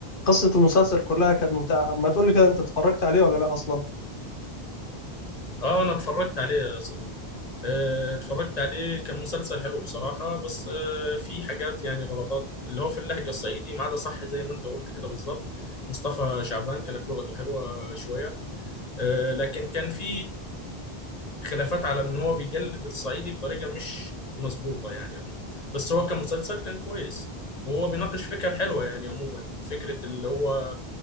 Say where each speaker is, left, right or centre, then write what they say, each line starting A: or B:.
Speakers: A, on the left; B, on the left.
A: قصة المسلسل كلها كانت ممتعة ما تقولي كده انت اتفرجت عليه ولا لا اصلا
B: اه انا اتفرجت عليه يا صديقي آه اتفرجت عليه كان مسلسل حلو بصراحة بس آه في حاجات يعني غلطات اللي هو في اللهجة الصعيدي ما عدا صح زي ما انت قلت كده بالظبط مصطفى شعبان كانت لغته حلوة شوية آه لكن كان في خلافات على ان هو بيجلد الصعيدي بطريقه مش مظبوطه يعني عموما بس هو كمسلسل كان كويس وهو بيناقش فكر حلوه يعني عموما فكره اللي هو